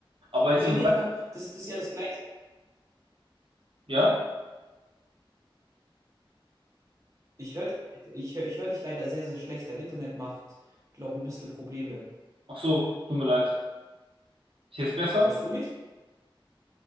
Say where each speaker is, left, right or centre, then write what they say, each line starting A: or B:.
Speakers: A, on the right; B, on the right.
A: Aber jetzt
B: Nee,
A: um.
B: nee, du kannst. Das, das ist ja das Gleiche.
A: Ja?
B: Ich höre ich hör, ich hör dich leider sehr, sehr schlecht. Dein Internet macht, glaube ein bisschen Probleme.
A: Ach so, tut mir leid. Ist jetzt besser?
B: Hörst du mich?